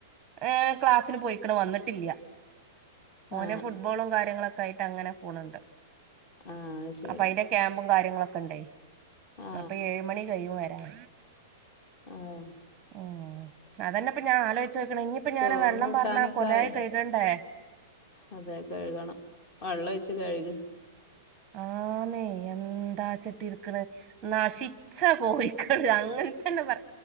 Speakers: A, on the right; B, on the left.
A: ഏയ് ക്ലാസ്സിന് പൊയെക്ക്ണ് വന്നിട്ടില്ലിയ ഓന്
B: ആ ആ
A: ഫുട്ബോളും കാര്യങ്ങളൊക്കായിട്ട് അങ്ങനെ പോണ് ഇണ്ട്
B: ആ അത് ശരി
A: അപ്പോ അയിന്റെ - ക്യാമ്പും കാര്യങ്ങളൊക്കെണ്ടേ
B: ആ
A: അപ്പൊ ഏഴ് മണി കഴിയും വരാൻ
B: ആഹ്
A: ഉം അതന്നെയാ ഇപ്പൊ ഞാൻ ആലോയിച്ചു നിക്കണേ ഇഞ്ഞിപ്പ
B: ചോറും
A: ഞാന് വെള്ളം
B: കൂട്ടാനൊക്കെ
A: പാർന്ന് കൊലായി
B: ആയാ
A: കഴ്കണ്ടേ
B: അതെ കഴ്കണം വള്ളൊഴിച്ച് കഴ്ക്
A: ആന്നെ എന്താച്ചിട്ടിരിക്ക് ണ് നശിച്ച കോഴിക്കള് അങ്ങനെതന്നെ പറ